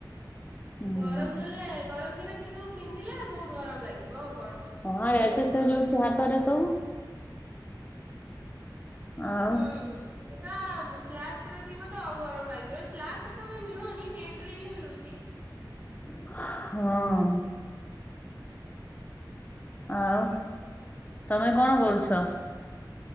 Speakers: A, on the left (about 20°); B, on the right (about 25°).
A: ହୁଁ।
B: ଗରମ ଦିଲେ ଗରମ ଦିନେ ସେ ସବୁ ପିନ୍ଧିଲେ ବହୁତ ଗରମ ଲାଗିବ ଆଉ କଣ।
A: ହଁ
B: ପୁରା
A: ଏ
B: ବହୁତ
A: ଶେ ସେ
B: ଗରମ
A: ଦଉଚି
B: ଲାଗିବ।
A: ହାତରେ ସବୁ। ଆଉ
B: ହୁଁ। ସେଟା ସ୍ଲାକ୍ସ ର ଥିବ ତ ଆଉ ଗରମ ଲାଗିବ ସ୍ଲାକ୍ସ ତ ଏବେ ମିଳୁନି ନେଟ ରେ ହିଁ ମିଳୁଛି।
A: ହଁ। ଆଉ ତମେ କଣ କରୁଛ?